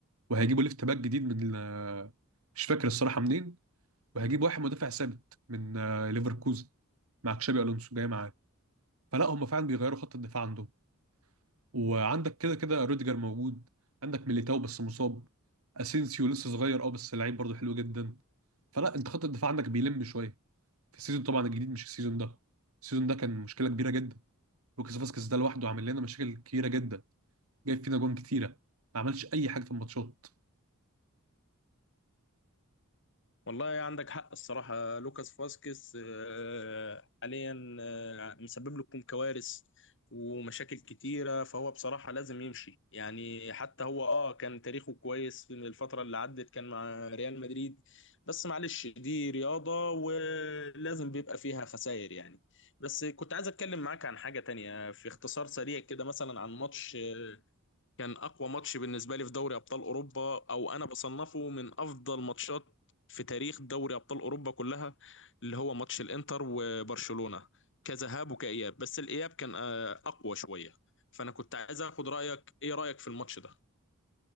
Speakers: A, on the right; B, on the left.
A: وهيجيبوا ليفت باك جديد من آه، مش فاكر الصراحه منين وهيجيب واحد مدافع ثابت من آه، ليفركوزن مع تشابي الونسو جاي معاه فلا هم فعلا بيغيروا خط الدفاع عندهم وعندك كده كده روديجر موجود عندك ميليتاو بس مصاب اسينسيو لسه صغير اه بس لعيب برضه حلو جدا فلا انت خط الدفاع عندك بيلم شويه في السيزون طبعا الجديد مش السيزون ده السيزون ده كان مشكله كبيره جدا لوكاس فاسكيز ده لوحده عامل لنا مشاكل كبيره جدا جايب فينا جون كتيره ما عملش اي حاجه في الماتشات
B: والله عندك حق الصراحة لوكاس فاسكيز آه، حاليا آه، مسبب لكم كوارث ومشاكل كتيرة فهو بصراحة لازم يمشي يعني حتى هو اه كان تاريخه كويس في الفترة اللي عدت كان مع ريال مدريد بس معلش دي رياضة ولازم بيبقى فيها خسائر يعني بس كنت عايز اتكلم معاك عن حاجة تانية في اختصار سريع كده مثلا عن ماتش آه، كان اقوى ماتش بالنسبه لي في دوري ابطال اوروبا او انا بصنفه من افضل ماتشات في تاريخ دوري ابطال اوروبا كلها اللي هو ماتش الانتر وبرشلونه كذهاب وكاياب بس الاياب كان آه، اقوى شويه فانا كنت عايز اخد رايك ايه رايك في الماتش ده